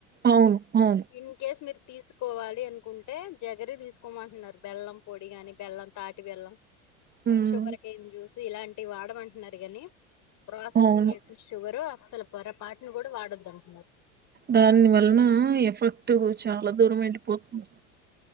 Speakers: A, on the right; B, on the left.
A: అవును అ
B: ఇన్కేస్ మీరు తీసుకోవాలి అనుకుంటే జగరి తీసుకోమంటున్నారు బెల్లం పొడి గాని, బెల్లం తాటి బెల్లం
A: హ
B: షుగర్కెన్ జ్యూస్ ఇలాంటివి వాడమంటున్నారు గన్నీ ప్రాసెసింగ్
A: అవును
B: జెస్సు షుగరు అస్సల పొర పాటిని కూడా వాడొద్దు అంటున్నారు.
A: దాని వలన ఎఫెక్ట్ చాలా దూరం వెళ్ళపోతుంది.